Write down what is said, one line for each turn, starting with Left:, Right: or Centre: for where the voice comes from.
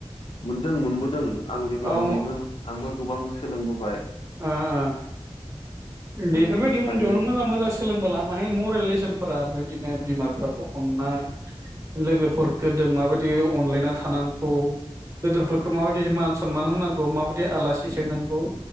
Left: मोनदों मोनबोदों आं जेब्ला
Right: औ ओ
Left: उन्दैमोन आंबो गोबां सोलोंबोबाय
Right: अ अ बेफोरबायदि
Left: उन्दैनिफ्रायनो
Right: उन्दैयावनो मोजां मोजांसो सोलोंबोला माहाय मरेल लेसनफोरा बिदिनो बिमा बिफाखौ अननाय लोगोफोरखो दों माबायदि अनलायना थानांगौ। गोदोरफोरखौ माबायदि मान सनमान होनांगौ माबायदि आलासि सोंनांगौ